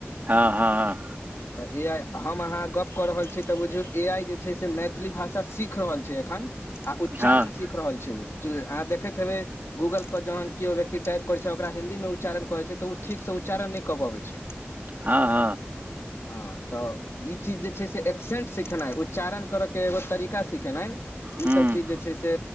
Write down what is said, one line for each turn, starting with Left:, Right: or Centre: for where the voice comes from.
Right: हँ हँ हँ
Left: अचछा <inaudible> तऽ ए आइ हम अहाँ गप्प कऽ रहल छी तऽ बुझूयो ए आइ जे छै से मैथिली भाषा सीख रहल छै एखन आ उच्चारण
Right: हँ
Left: सीख रहल छै ओ अहाँ देखैत हेबै गूगल पर जहन कयो व्यक्ति टाइप करय छै ओकरा हिन्दी मे उच्चारण कर छै त ओ ठीक से उच्चारण नहि कऽ पबै छै <inaudible>
Right: हँ हँ
Left: हँ तऽ ई चीज जे छै से एक्सेंट सिखेनाइ उच्चारण करयके एगो तरीका सिखेनाइ
Right: हूँ
Left: ईसभ चीज जे छै से